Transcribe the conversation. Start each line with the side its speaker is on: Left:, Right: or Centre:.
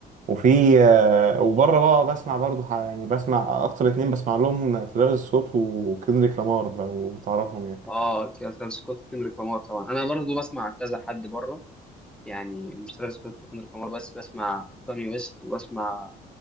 Right: وفي آه، وبره بقى بسمع برضو ح- يعني بسمع اكتر اتنين بسمع لهم ترافيس سكوت وكندريك لامار لو تعرفهم يعني
Centre: اه ترافيس سكوت وكندريك لامار طبعا انا برضو بسمع كذا حد بره يعني مش ترافيس سكوت وكندريك لامار بس بسمع كاني ويست وبسمع